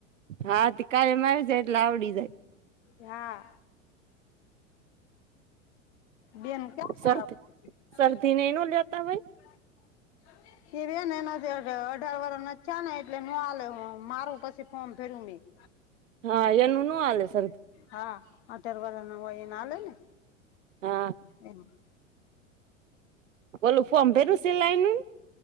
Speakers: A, on the right; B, on the left.
A: હા તે કાયમ આવી જાય એટલે આવડી જાય
B: યા બેન ક્યા
A: શરદી
B: <unintelligible>
A: શરદી ને એનું લેતા હોય
B: <inaudible>
A: હા એનું નો હાલે સ
B: હા અઠાર વરહના હોય એને હાલે ને
A: હા
B: એવું <inaudible>
A: ઓલુ ફોર્મ ભર્યું સિલાઈનું?